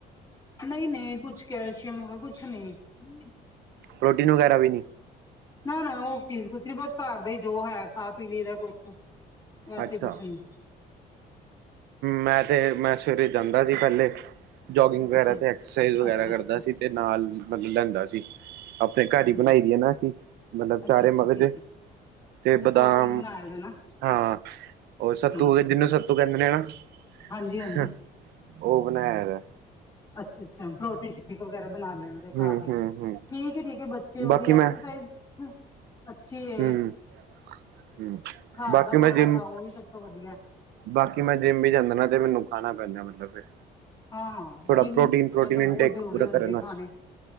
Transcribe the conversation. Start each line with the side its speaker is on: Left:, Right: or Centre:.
Left: ਨਹੀਂ -ਨਹੀਂ, ਕੁੱਛ ਕਹਿ ਕਿਹਾ ਹੋਵੇ, ਕੁੱਛ ਨੀ
Right: ਪ੍ਰੋਟੀਨ ਵਗੈਰਾ ਵੀ ਨਹੀਂ
Left: ਨਾ- ਨਾ, ਉਹ ਚੀਜ਼ ਕੁਛ ਨੀ ਬਸ ਘਰ ਦਾ ਹੀ ਜੋ ਹੈ ਖਾ ਪੀ ਲਈ ਦਾ ਕੁਛ ਵੈਸੇ
Right: ਅੱਛਾ
Left: ਕੁਛ ਨਹੀ
Right: ਮੈਂ ਤੇ, ਮੈਂ ਸਵੇਰੇ ਜਾਂਦਾ ਸੀ ਪਹਿਲੇ ਜੋਗਿੰਗ ਵਗੈਰਾ
Left: ਅੱਛਾ
Right: ਤੇ ਐਕਸਰਸਾਈਜ਼ ਵਗੈਰਾ
Left: ਅੱਛਾ ਅੱਛਾ
Right: ਕਰਦਾ ਸੀ, ਤੇ ਨਾਲ ਮਤਲਬ ਲੈਂਦਾ ਸੀ। ਆਪਣੇ ਘਰ
Left: ਹਮ
Right: ਹੀ ਬਣਾਈ ਦੀ ਹੈ ਨਾ, ਅਸੀਂ। ਮਤਲਬ
Left: ਅੱਛਾ
Right: ਚਾਰੇ
Left: ਅੱਛਾ
Right: ਮਗਜ਼,
Left: ਠੀਕ ਹੈ
Right: ਤੇ
Left: ਅੱਛਾ
Right: ਬਦਾਮ
Left: ਪ੍ਰੋਟੀਨ ਬਣਾਏ ਦਾ ਨਾ
Right: ਹਾਂ। ਹੋਰ ਸੱਤੂ
Left: ਠੀਕ
Right: ਅਗੇ
Left: ਹੈ ਠੀਕ
Right: ਜਿਹਨੂੰ ਸੱਤੂ
Left: ਹੈ
Right: ਕਹਿੰਦੇ ਏ ਨਾਂ। <unintelligible>
Left: ਹਾਂਜੀ ਹਾਂਜੀ
Right: ਉਹ ਬਣਾਇਆ ਦਾ।
Left: ਅੱਛਾ ਅੱਛਾ, ਪ੍ਰੋਟੀ ਸ਼ੇਕ ਵਗੈਰਾ ਬਣਾ ਲੈਂਦੇ
Right: ਹੂੰ
Left: ਘਰ ਈ।
Right: ਹੂੰ
Left: ਠੀਕ
Right: ਹੂੰ
Left: ਏ, ਠੀਕ ਏ ਬਚ ਜੇ ਵਧੀਆ
Right: ਬਾਕੀ
Left: ਐਕਸਰਸਾਈਜ਼।
Right: ਮੈਂ
Left: <unintelligible> ਅੱਛੀ ਐ,
Right: ਹੂੰ ਹੂੰ
Left: ਘਰ
Right: ਬਾਕੀ
Left: ਦਾ
Right: ਮੈਂ
Left: ਖਾਣਾ
Right: ਜਿੰਮ
Left: ਖਾਓ। ਉਵੀ ਸਭ ਤੋਂ ਵਧੀਆ।
Right: ਬਾਕੀ ਮੈਂ ਜਿੰਮ ਵੀ ਜਾਂਦਾ ਨਾਂ ਤੇ ਮੈਨੂੰ ਖਾਣਾ ਪੈਂਦਾ ਮਤਲਬ ਫਿਰ।
Left: ਹਾਂ ਹਾਂ।
Right: ਥੋੜਾ
Left: ਜਿੰਮ
Right: ਪ੍ਰੋਟੀਨ
Left: ਬੱਚਿਆਂ
Right: ਪ੍ਰੋਟੀਨ
Left: ਨੂੰ ਤੇ
Right: ਇਨਟੇਕ
Left: ਬਹੁਤ ਜ਼ਰੂਰੀ
Right: ਪੂਰਾ
Left: ਹੁੰਦੀ
Right: ਕਰਨ
Left: ਖਾਣੇ।
Right: ਵਾਸਤੇ